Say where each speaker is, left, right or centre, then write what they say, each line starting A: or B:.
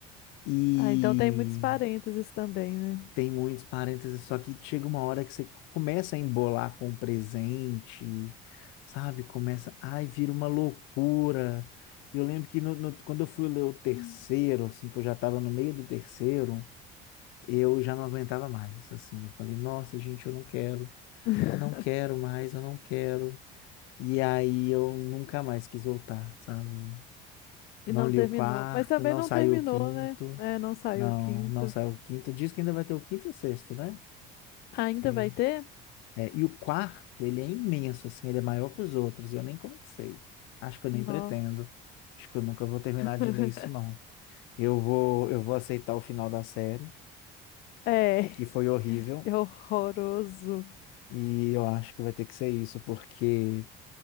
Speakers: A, on the left; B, on the left.
A: e
B: Ah, então tem muitos parênteses também, né?
A: tem muitos parênteses, só que chega uma hora que você começa a embolar com o presente, sabe? Começa, ai, vira uma loucura. Eu lembro que no- no- quando eu fui ler o terceiro,
B: Hum.
A: assim, que eu já estava no meio do terceiro, eu já não aguentava mais, assim, eu falei, nossa, gente, eu não quero,
B: <laughs>
A: não quero mais, eu não quero. E aí eu nunca mais quis voltar, sabe? Eu
B: E
A: Não
B: não
A: li
B: terminou.
A: o quarto,
B: Mas também
A: não
B: não
A: saiu
B: terminou,
A: o quinto,
B: né? É, não saiu
A: não,
B: o quinto.
A: não saiu o quinto. Diz que ainda vai ter o quinto e o sexto, né?
B: Ainda
A: Eu.
B: vai ter?
A: É, e o quarto, ele é imenso, assim, ele é maior que os outros, e eu nem comecei. Acho que eu
B: Não.
A: nem pretendo. Acho que eu nunca vou terminar de
B: <laughs>
A: ler isso, não. Eu vou, eu vou aceitar o final da série,
B: É,
A: que foi horrível.
B: é horroroso.
A: E eu acho que vai ter que ser isso, porque